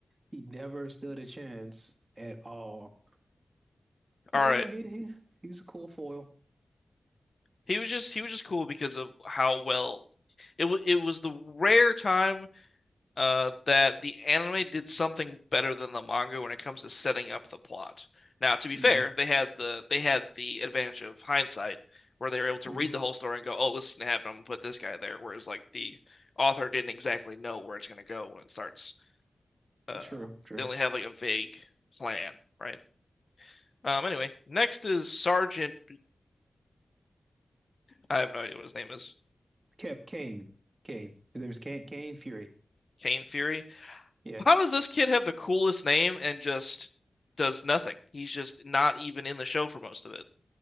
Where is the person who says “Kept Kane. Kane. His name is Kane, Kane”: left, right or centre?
Right